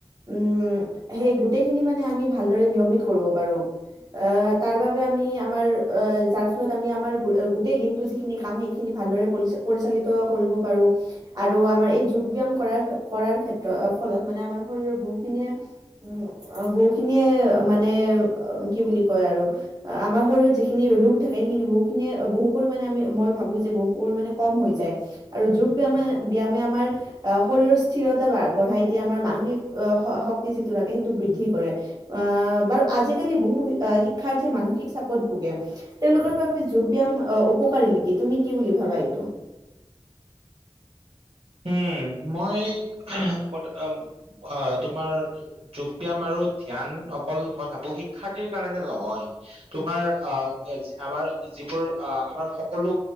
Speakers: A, on the right; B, on the right.
A: উম, সেই গোটেইখিনি মানে আমি ভালদৰে নিয়মিত কৰিব পাৰোঁ। আ, তাৰ বাবে আমি আমাৰ অ', যাৰ ফলত আমি আমাৰ গো-গোটেই দিনটো যি খিনি কাম সেইখিনি ভালদৰে পৰিচ-পৰিচালিত কৰিব পাৰোঁ। আৰু আমাৰ এই যোগ ব্যায়াম কৰাৰ কৰাৰ ক্ষেত্ৰত ফলত মানে আমাৰ শৰীৰৰ বহুখিনিয়ে অ', বহুখিনিয়ে মানে কি বুলি কয় আৰু আমাৰ শৰীৰত যিখিনি ৰোগ থাকে, সেইখিনি বহুখিনিয়ে বহু পৰিমাণে আমি মই ভাবোঁ যে, বহুত পৰিমানে কম হৈ যায়। আৰু যোগ ব্যায়ামে ব্যায়ামে আমাৰ আ, শৰীৰৰ স্থিৰতা বা বঢ়াই দিয়া আমাৰ মানসিক অ', শ-শক্তি যিটো লাগে সেইটো বৃদ্ধি কৰে। আ, বাৰু আজিকালি বহু আ, শিক্ষাৰ্থীয়ে মানসিক চাপত ভোগে তেওঁলোকৰ বাবে যোগ ব্যায়াম অ', উপকাৰী নিকি? তুমি কি বুলি ভাৱা এইতো?
B: হম, মই ক অ', তোমাৰ যোগ ব্যায়াম আৰু ধ্যান অকল মই ভাবোঁ শিক্ষাৰ্থীৰ কাৰণে নহয়। তোমাৰ আ, আমাৰ যিবোৰ আ, আমাৰ সকলো